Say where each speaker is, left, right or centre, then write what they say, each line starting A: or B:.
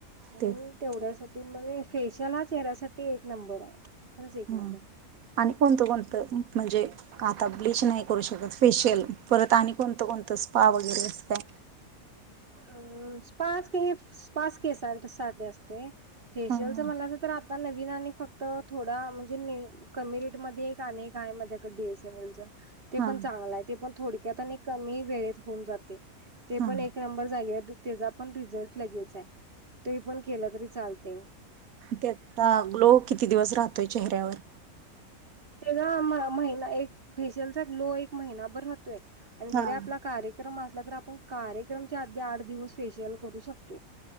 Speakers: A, on the right (about 40°); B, on the right (about 75°).
A: म्हणून
B: तेच
A: तेवढ्यासाठी म फेशियल हा चेऱ्यासाठी एक नंबर आहे खरंच एक
B: हा
A: नंबर आहे.
B: आणि कोणतं कोणतं म्हणजे आता ब्लीच नाही करू शकत फेशियल परत आणि कोणतं कोणतं स्पा वगैरे अस काय.
A: अम स्पास हे स्पास की केसांसाठी असते. फेशियलच
B: हां
A: म्हणला अस तर आता नवीन आणि फक्त थोडा म्हणजे कमी रेट मध्ये एक अनेक आहे माझ्याकडे डी एस एन एल च. ते
B: हां
A: पण चांगलं आहे ते पण थोडक्यात आणि कमी वेळेत होऊन जाते ते
B: हां
A: पण एक नंबर जा त्याचा पण रिझल्ट लगेच आहे, त पण केलं तरी चालत.
B: तेता ग्लो किती दिवस राहतोय चेहऱ्यावर?
A: ते ना महिना एक फेशियलचा ग्लो एक महिनाभर रातोय,
B: हां
A: जरी आपला कार्यक्रम असला तर आपण कार्यक्रम आधि आठ दिवस फेस्शियल करू शकतोय.